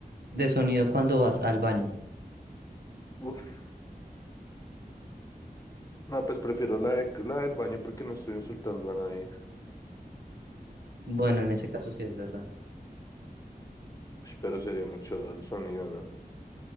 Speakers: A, on the right; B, on the left.
A: de sonido cuando vas al baño.
B: Uf. No, pues prefiero la, de- la del baño porque no estoy insultando a nadie.
A: Bueno, en ese caso sí es verdad.
B: Ush, Pero sería mucho do- el sonido, ¿no?